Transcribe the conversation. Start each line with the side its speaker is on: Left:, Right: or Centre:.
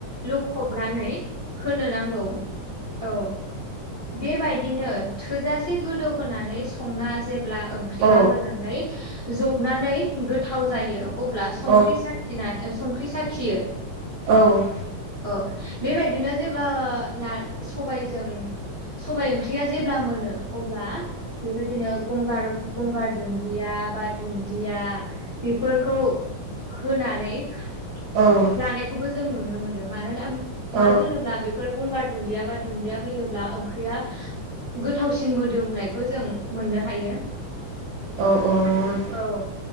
Left: लखबनानै होनो नांगौ। औ। बेबायदिनो थोजासे गोदौ होनानै संना जेब्ला ओंख्रिया
Right: औ
Left: मोजाङै जबनानै गोथाव जायो। अब्ला संख्रि
Right: औ
Left: साखिनानै संख्रि साखियो।
Right: औ।
Left: ओ बेबायदिनो जेबा ना सबायजों सबाय ओंख्रिया जेब्ला मोनो। अब्ला बेबायदिनो गंगार गंगार दुन्दिया बा दुन्दिया बेफोरखौ होनानै खा
Right: औ
Left: लानायखौबो जों नुनो मोनो। मोनोना
Right: औ
Left: मानो होनोब्ला बेफोर गंगार दुन्दिया बा दुन्दिया होयोब्ला ओंख्रिया गोथावसिन मोदोमनायखौ जों मोननो हायो।
Right: औ नंगौ नोंथां
Left: औ